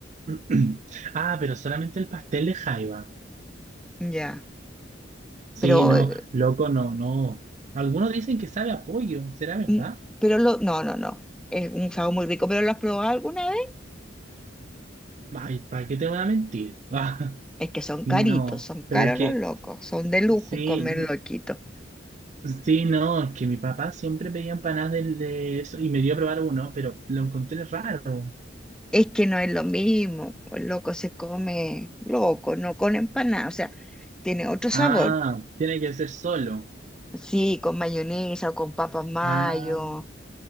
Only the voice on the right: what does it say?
<clears throat> Ah, pero solamente el pastel de jaiba.
Sí,
no,
loco, no, no. Algunos dicen que sabe a pollo, ¿será verdad?
Ay, ¿para qué te van a mentir? <laughs> Ah,
no,
pero es que,
sí,
no,
sí, no, es que mi papá siempre pedía empanadas del- de eso y me dio a probar uno, pero lo encontré raro.
Ah, tiene que ser solo.
Ah,